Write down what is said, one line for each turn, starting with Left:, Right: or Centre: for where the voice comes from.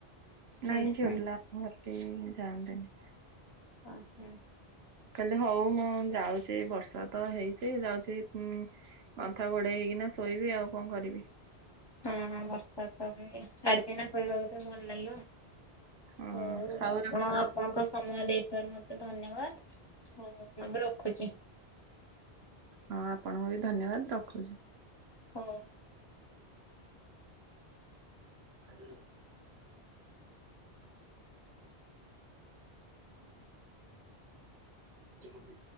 Left: ହୁଁ
Right: ନାଇଁ
Left: ହୁଁ
Right: ଝିଅ ପିଲା <unintelligible> ଯାଆନ୍ତି ନି।
Left: ଓହୋଃ।
Right: କାହିଲେ ହଉ ମୁଁ ଯାଉଛି ବର୍ଷା ତ ହେଇଛି ଯାଉଛି ଉ ଗନ୍ଥା ଘୋଡେଇ ହେଇକିନା ଶୋଇବି ଆଉ କଣ କରିବି।
Left: ହଁ, ବର୍ଷା ତ ଏବେ ଛାଡିଛି ନା, ଶୋଇିବାକୁ ତ ଏବେ ଭଲ ଲାଗିବ।
Right: ହଁ
Left: ହୁଁ,
Right: ହଉ
Left: ଆପଣଙ୍କ
Right: ରଖ।
Left: ଆପଣଙ୍କ ସମୟ ଦେଇଥିବାରୁ ମତେ ଧନ୍ୟବାଦ। ହଉ ମୁଁ ଏବେ ରଖୁଛି।
Right: ହଁ, ଆପଣଙ୍କୁ ବି ଧନ୍ୟବାଦ ରଖୁଛି।
Left: ହଁ।
Right: ହୁଁ। <inaudible>